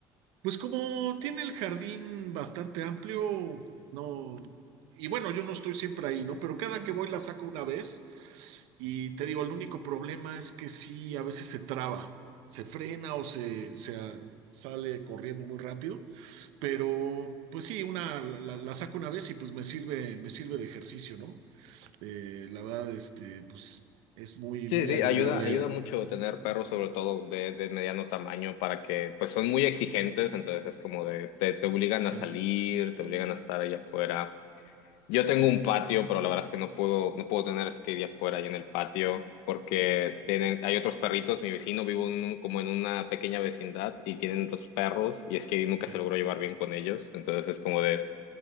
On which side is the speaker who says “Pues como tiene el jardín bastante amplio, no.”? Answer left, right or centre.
Right